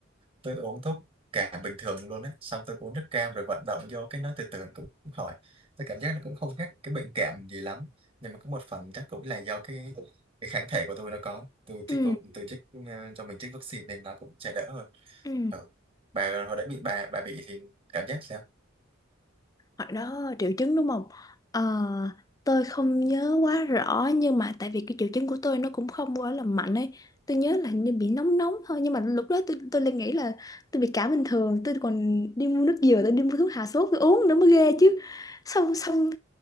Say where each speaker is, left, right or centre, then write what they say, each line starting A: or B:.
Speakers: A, on the right; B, on the left.
A: tôi uống thuốc cả bình thường luôn á xong tôi uống nước cam rồi vận động vô cái nó từ từ cũng cũng khỏi tôi cảm giác nó cũng không khác cái bệnh cảm gì lắm nhưng mà có một phần chắc cũng là do cái cái kháng thể của tôi nó có tôi
B: ừ
A: chích cũng tôi chích ờ, cho mình chích vaccine nên nó cũng sẽ đỡ hơn
B: ừ
A: ừ. bà hồi đấy bị bà bà bị thì cảm giác sao
B: Hồi đó triệu chứng đúng không? Ờ, tôi không nhớ quá rõ nhưng mà tại vì cái triệu chứng của tôi nó cũng không quá là mạnh ấy. Tôi nhớ là hình như bị nóng nóng thôi nhưng mà lúc đó tôi tôi lại nghĩ là tôi bị cảm bình thường, tôi còn đi mua nước dừa, tôi đi mua thuốc hạ sốt tôi uống nữa mới ghê chứ. Xong xong